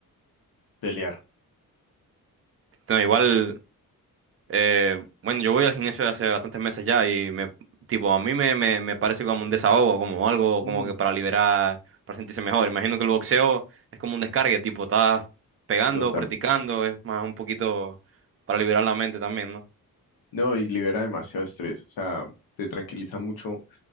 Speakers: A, on the left; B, on the right.
A: pelear.
B: No, igual Eh, bueno, yo voy al gimnasio hace bastantes meses ya y me, tipo, a mí me, me, me parece como un desahogo, como algo
A: Mm,
B: como que para liberar, para sentirse mejor. Imagino que el boxeo es como un descargue, tipo, estás pegando,
A: total.
B: practicando, es más un poquito para liberar la mente también, ¿no?
A: No, y libera demasiado estrés. O sea, te tranquiliza mucho